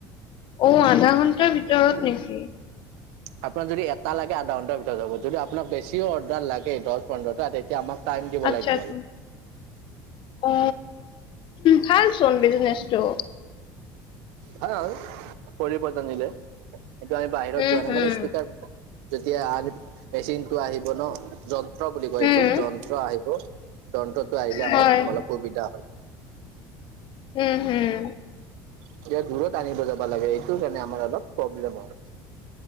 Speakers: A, on the left (about 50°); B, on the right (about 75°).
A: অ আধা ঘন্টাৰ ভিতৰত নেকি
B: আপোনাক যদি এটা লাগে আধা ঘণ্টাৰ ভিতৰত হ'ব যদি আপোনাক বেছিও অৰ্ডাৰ লাগে দচ বন্ধ ত তেতিয়া আমাক টাইম দিব
A: আচ্ছা
B: লাগিব
A: আচ্ছা। অ ভালচোন বিজনেচটো
B: হা পৰিৱৰ্তন দিলে এইটো আমি বাহিৰত
A: উম,
B: যোৱা
A: হম,
B: নাই মানে ষ্টিকাৰ যেতিয়া আন মেচিনটো আহিব ন যন্ত্ৰ বুলি কয়
A: হম,
B: এইটোক যন্ত্ৰ আহিব যন্ত্ৰটো আহিলে আমাৰ
A: হয়।
B: অলপ সুবিধা হয়
A: উম হুম
B: এতিয়া দূৰত আনিব যাবা লাগে এইটো কাৰণে আমাৰ অলপ প্ৰব্লেম হয়